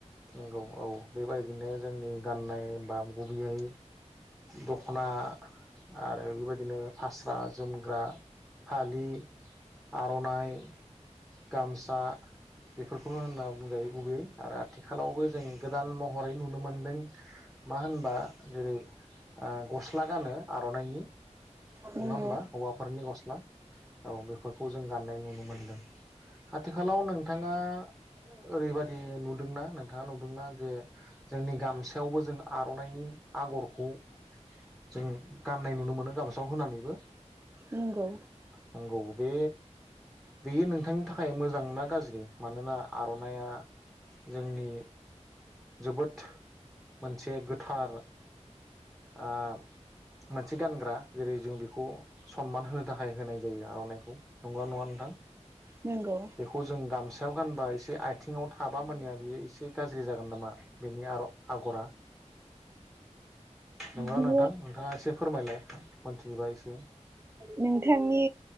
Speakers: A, in the centre; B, on the right.
A: नंगौ औ बेबायदिनो जोंनि गाननाय बा गुबैयै दखना आरो बेबायदिनो फास्रा, जोमग्रा, फालि, आरननाइ गामसा बेफोरखौल होनना बुंजायो गुबैयै आरो आथिखालावबो जों गोदान महरै नुनो मोनदों मा होनबा जेरै ओ गस्ला गानो आरननाइनि
B: नंगौ
A: नङा होमबा हौवाफोरनि गस्ला औ बेफोरखौ जों गाननाय नुनो मोनदों आथिखालाव नोंथाङा ओरैबादि नुदोंना नोंथाङा नुदोंना जे जोंनि गामसायावबो जों आरननाइनि आगरखौ जों गाननाय नुनो मोनो गाबो फोराव होनानैबो
B: नंगौ
A: नंगौ बे बेयो नोंथांनि थाखाय मोजां ना गाज्रि मानोना आरननाइया जोंनि जोबोद मोनसे गोथार ओ मोनसे गानग्रा जेरै जों बेखौ सनमान होनो थाखाय होनाय जायो आरननाइखौ नगौ ना नङा नोंथां?
B: नंगौ
A: बेखौ जों गामसा गानबा एसे आथिंङाव थाबा मोने बेयो एसे गाज्रि जागोन नामा बेनि आगरा नंगोना
B: बियो
A: नोंथां नोंथाङा एसे फोरमायलाय खनथिबा इसे
B: नोंथांनि